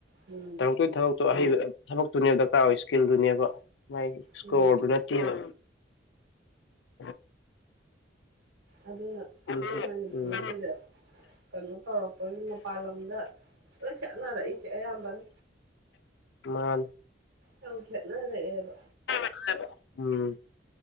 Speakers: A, on the right; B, on the left.
A: ꯎꯝ
B: ꯇꯧꯔꯛꯇꯣꯏ ꯊꯕꯛꯇꯨ ꯑꯍꯩꯕ ꯊꯕꯛꯇꯨꯅꯦꯕ ꯗꯔꯀꯥꯔ ꯑꯣꯏ ꯁ꯭ꯀꯤꯜꯗꯨꯅꯦꯕ ꯃꯥꯒꯤ ꯁ꯭ꯀꯣꯔꯗꯣ
A: ꯎꯝ
B: ꯅꯠꯇꯦꯕ ꯎꯝ
A: ꯑꯗꯨꯅ ꯑꯩꯈꯣꯏ
B: ꯎꯝ
A: ꯃꯅꯤꯄꯨꯔꯁꯤꯗ ꯀꯩꯅꯣ ꯇꯧꯔꯛꯄꯒꯤ ꯃꯄꯥꯜ ꯂꯝꯗ ꯂꯣꯏ ꯆꯠꯅꯔꯛꯏꯁꯦ ꯑꯌꯥꯝꯕꯅ
B: ꯃꯥꯥꯅꯦ
A: ꯌꯥꯝ ꯈꯦꯠꯅꯔꯛꯑꯦꯕ
B: <unintelligible> ꯎꯝ